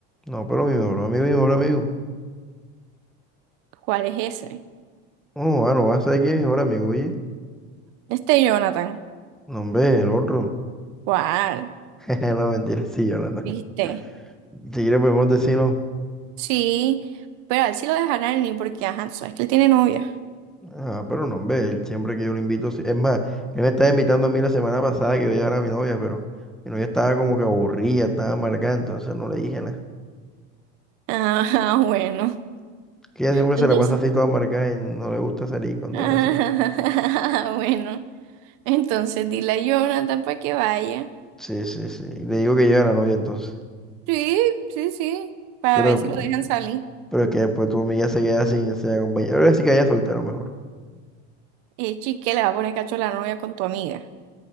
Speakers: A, in the centre; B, on the right (about 65°).
A: No, pero mi mejor amigo es mi mejor amigo.
B: ¿Cuál es ese?
A: No, bueno no vas a saber quién es mi mejor amigo, oye.
B: Este Jonathan.
A: No, hombre, el otro.
B: ¿Cuál?
A: <laughs> No, mentira, sí, Jonathan.
B: ¿Viste?
A: Si quiere podemos decir no.
B: Sí, pero a él sí lo dejarán ir porque, ajá, tú sabes que él tiene novia.
A: Ah, pero no, hombre, él siempre que yo lo invito. sí- Es más, él me estaba invitando a mí la semana pasada que yo llegara a mi novia, pero mi novia estaba como que aburrida, estaba amargada, entonces no le dije nada.
B: Ah, <laughs> bueno.
A: Que ella siempre
B: Entonces,
A: se la pasa así toda amargada y no le gusta salir cuando
B: Ah,
A: es así.
B: <laughs> bueno. Entonces dile a Jonathan para que vaya.
A: Sí, sí, sí. Y Le digo que lleve a la novia entonces.
B: Sí, sí, sí. Para
A: Pero
B: ver si lo dejan salir.
A: Pero que después tu amiga se queda sin, sin acompañar. Pero sí que haya soltero mejor.
B: Y chique, le va a poner cacho a la novia con tu amiga.